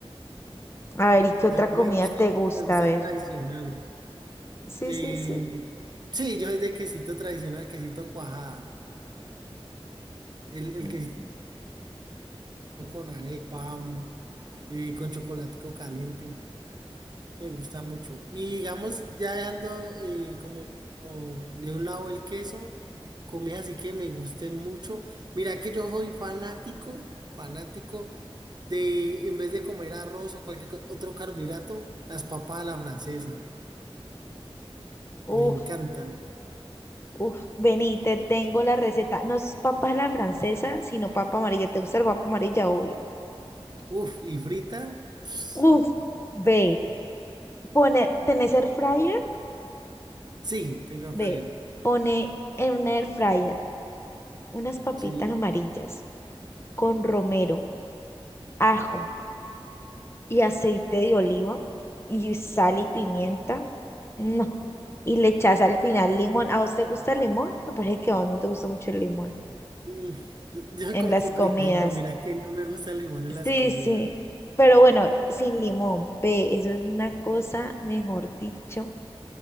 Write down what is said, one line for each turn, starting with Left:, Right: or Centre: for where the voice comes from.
Left: A ver, ¿y qué otra
Right: A mí
Left: comida
Right: me gusta,
Left: te gusta?
Right: me gusta
Left: A ver.
Right: el tradicional.
Left: Sí,
Right: Eh,
Left: sí, sí.
Right: sí, yo soy de quesito tradicional, quesito cuajada. El, el
Left: Mm,
Right: quesito con arepa, mm, eh, con chocolatico caliente. Me gusta mucho. Y digamos, ya dejando eh, como, como de un lado el queso, comida así que me guste mucho. Mira que yo soy fanático, fanático de, en vez de comer arroz o cualquier co- otro carbohidrato, las papas a la francesa.
Left: Uf,
Right: Me encantan.
Left: uf, vení, te tengo la receta. No es papa a la francesa, sino papa amarilla. ¿Te gusta el papa amarilla? Obvio.
Right: Uf, y frita, ps,
Left: Uf, ve, pone, ¿tenés air fryer?
Right: sí, tengo
Left: Ve,
Right: frita.
Left: pone en un air fryer unas papitas
Right: Sí.
Left: amarillas con romero, ajo y aceite de oliva y sal y pimienta. No. Y le echas al final limón. ¿A vos te gusta el limón? Me parece que a vos no te gusta mucho el limón
Right: Mm, yo soy
Left: en
Right: como
Left: las
Right: complicadito,
Left: comidas.
Right: mira que no me gusta el limón en las
Left: Sí,
Right: comidas.
Left: sí, pero bueno, sin limón, ve, eso es una cosa, mejor dicho,